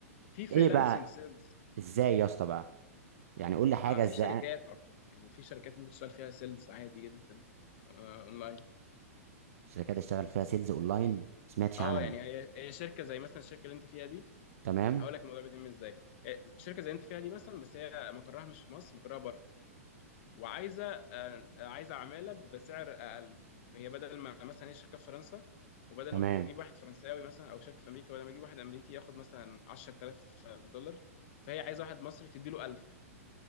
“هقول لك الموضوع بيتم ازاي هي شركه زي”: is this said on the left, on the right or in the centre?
Left